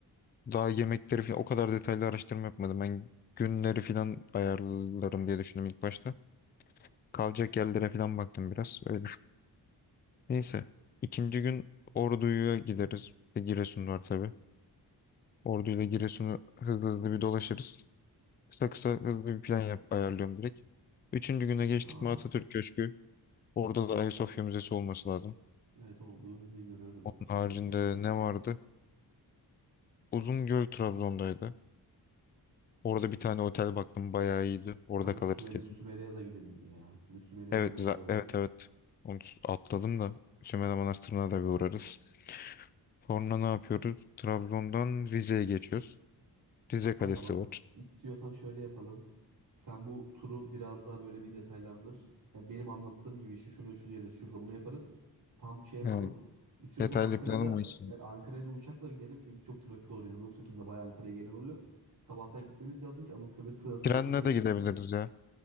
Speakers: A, on the left; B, on the right.
A: Daha yemekleri falan o kadar detaylı araştırma yapmadım. Ben günleri falan ayarlarım diye düşündüm ilk başta. Kalacak yerlere falan baktım biraz öyle. Neyse. İkinci gün Ordu'ya gideriz. Bir de Giresun var tabii. Ordu ile Giresun'u hızlı hızlı bir dolaşırız. Kısa kısa hızlı bir plan yap, ayarlıyorum direkt. Üçüncü güne geçtik
B: Tamam.
A: mi Atatürk Köşkü. Orada da Ayasofya Müzesi olması lazım.
B: Evet o Önce'yi görüyorum
A: Onun
B: ya. Şeyini
A: haricinde
B: izlemiştim.
A: ne vardı? Uzungöl Trabzon'daydı. Orada bir tane otel baktım bayağı iyiydi. Orada
B: Kanka
A: kalırız
B: Sümele,
A: kesin.
B: Sümele'ye de gidelim ya. Bir Sümele'ye
A: Evet,
B: de bir uğrayalım.
A: za- evet evet. Onu s- atladım da Sümela Manastırı'na da bir uğrarız. Sonra ne yapıyoruz? Trabzon'dan Rize'ye geçiyoruz. Rize
B: Kanka
A: Kalesi
B: bak
A: var.
B: istiyorsan şöyle yapalım. Sen bu turu biraz daha böyle bir detaylandır. Ya benim anlattığım gibi şu şurada şu yeriz, şurada bunu yaparız. Tam şey yapalım.
A: Yani
B: İstiyorsan
A: detaylı
B: Ankara'ya
A: planım
B: da
A: o işte.
B: yani Ankara'ya da uçakla gidelim. Çünkü çok trafik olur. 29 Ekim'de bayağı Ankara'ya gelen oluyor. Sabahtan gitmemiz lazım ki Anıtkabir sırası
A: Trenle
B: beklemeyelim.
A: de gidebiliriz ya.